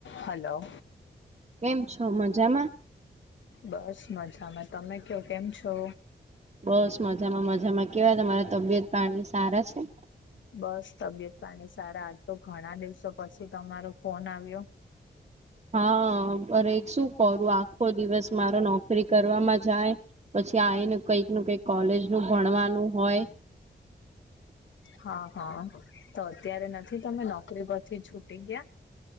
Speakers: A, on the left; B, on the right.
A: Hello!
B: કેમ છો! મજામાં?
A: બસ મજામાં તમે ક કેમ છો?
B: બસ મજામાં મજામાં કેવા તમારા તબિયત પાણી સારા છે?
A: બસ. તબિયત પાણી સારા. આ તો ઘણા દિવસો પછી તમારો ફોન આવ્યો.
B: હા અરે શું કરુ આખો દિવસ મારો નોકરી કરવાવામાં જાય. પછી આઇને કંઈક નું કઈક કોલેજ નું ભણવાનું હોય.
A: હ હ તો અત્યારે નથી તમે નોકરી પરથી છૂટી ગિયા.